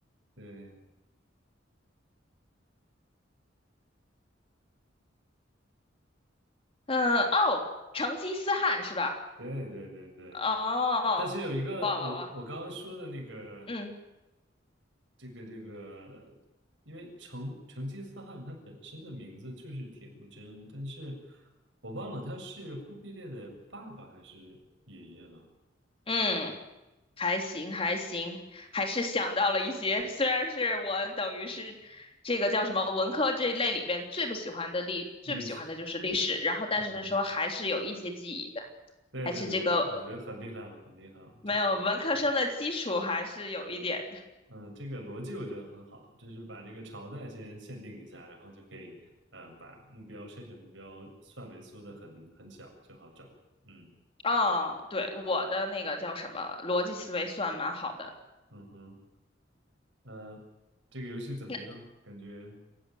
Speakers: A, on the right; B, on the left.
A: 对，
B: 嗯、哦，成吉思汗是吧？
A: 对对对对。
B: 哦，
A: 但是有一个我我刚刚说的那个
B: 哇哇哇，嗯
A: 这个这个，因为成成吉思汗他本身的名字就是铁木真，但是我忘了他是忽必烈的爸爸还是爷爷了，
B: 嗯，还行还行，还是想到了一些，虽然是我等于是这个叫什么文科这一类里边最不喜欢的历，
A: 历史，
B: 最不喜欢的就是历史，然后但是说还是有一些记忆的，
A: 嗯，对对对，
B: 还是这个呃
A: 我我觉得很厉害了，很厉害了，
B: 没有文科生的基础还是有一点
A: 这个。对。嗯，这个逻辑我觉得很好，就是把这个朝代先限定一下，然后就可以呃把目标筛选目标范围缩得很很小，就好找了。嗯
B: 哦，对，我的那个叫什么，逻辑思维算蛮好的，
A: 嗯哼，呃，这个游戏怎么样？
B: 那
A: 感觉